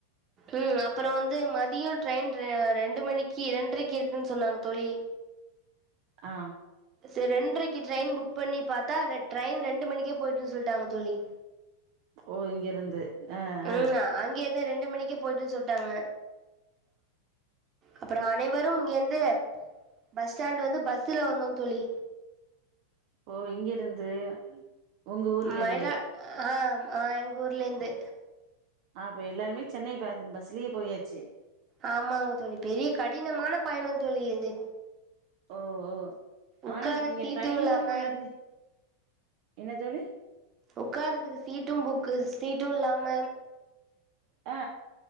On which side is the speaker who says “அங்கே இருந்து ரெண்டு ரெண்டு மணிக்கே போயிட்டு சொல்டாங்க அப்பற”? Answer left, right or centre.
Right